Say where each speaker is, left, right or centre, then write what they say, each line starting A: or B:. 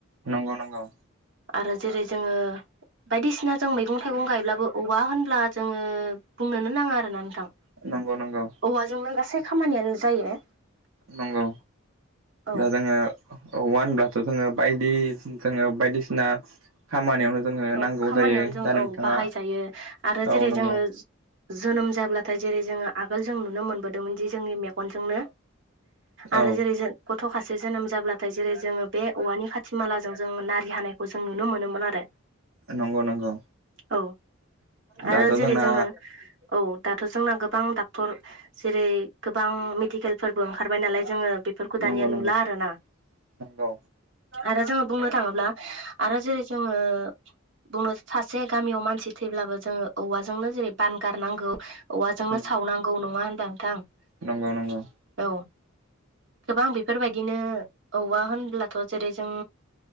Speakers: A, on the right; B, on the right.
A: नंगौ नंगौ
B: आरो जेरै जोङो बायदिसिना जों मैगं थाइगं गायब्लाबो औवा होनब्ला जोङो बुंनोनो नाङा आरोना नोंथां
A: नंगौ नंगौ
B: औवाजोंनो गासै खामानियानो जायो
A: नंगौ
B: औ
A: दा जोङो औव होनब्लाथ' जोङो बायदि जोङो बायदिसिना खामानियावनो जोङो
B: औ
A: नांगौ
B: खामानियावनो
A: जायो
B: जों
A: दा नोंथाङा
B: औ बाहायजायो आरो जेरै
A: औ नंगौ
B: जोङो जोनोम जाब्लाथाय जेरै जोङो आगोल जों नुनो मोनबोदोंमोनदि जोंनि मेगनजोंनो आरो
A: औ
B: जेरै जों गथ'खासे जोनोम जाब्लाथाय जेरै जोङो बे औवानि खाथि मालाजों जोङो नारि हानायखौ जों नुनो मोनोमोन आरो
A: नंगौ नंगौ
B: औ आरो
A: दाथ'
B: जेरै
A: जोंना
B: जोङो औ दाथ' जोंना गोबां डक्टर जेरै गोबां मेडिकेलफोरबो ओंखारबाय नालाय जोङो बेफोरखौ दानिया
A: नंगौ नंगौ
B: नुला आरोना
A: नंगौ
B: आरो जोङो बुंनो थाङोब्ला आरो जेरै जोङो बुंनो सासे गामियाव मानसि थैब्लाबो जोङो औवाजोंनो जेरै बान गारनांगौ औवाजोंनो
A: नंगौ
B: सावनांगौ
A: नंगौ
B: नङा होनबा नोंथां
A: नंगौ नंगौ
B: औ गोबां बेफोरबायदिनो औवा होनब्लाथ' जेरै जों